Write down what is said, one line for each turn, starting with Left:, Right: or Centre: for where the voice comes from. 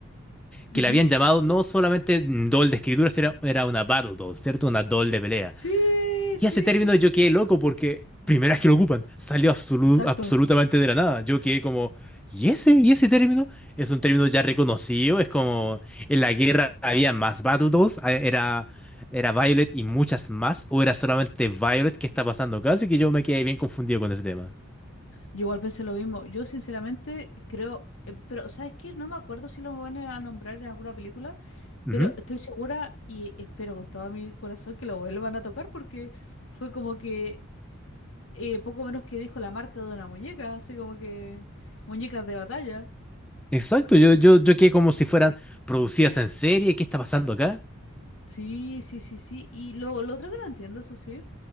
Left: ujú.
Centre: que le habían llamado no solamente doll de escritura, era, era una battle doll, ¿cierto? Una doll de pelea.
Left: Sí,
Centre: Y
Left: sí,
Centre: ese término
Left: sí, sí,
Centre: yo
Left: sí.
Centre: quedé loco porque primera vez que lo ocupan, salió absolu-
Left: Exacto.
Centre: absolutamente de la nada. Yo quedé como, ¿y ese? ¿Y ese término? Es un término ya reconocido, es como en la guerra había más Battle Dolls, a- era, era Violet y muchas más, o era solamente Violet que está pasando acá, así que yo me quedé bien confundido con ese tema.
Left: Yo igual pensé lo mismo. Yo sinceramente creo, eh, pero ¿sabes qué? No me acuerdo si lo van a nombrar en alguna película,
Centre: Ujú.
Left: pero estoy segura y espero con todo mi corazón que lo vuelvan a tocar porque fue como que eh, poco menos que dijo la marca de una muñeca, así como que muñecas de batalla.
Centre: Exacto,
Left: Entonces,
Centre: yo, yo,
Left: no sé.
Centre: yo quedé como si fueran producidas en serie, ¿qué está pasando acá?
Left: Sí, sí, sí, sí. Y lo, lo otro que no entiendo, eso sí,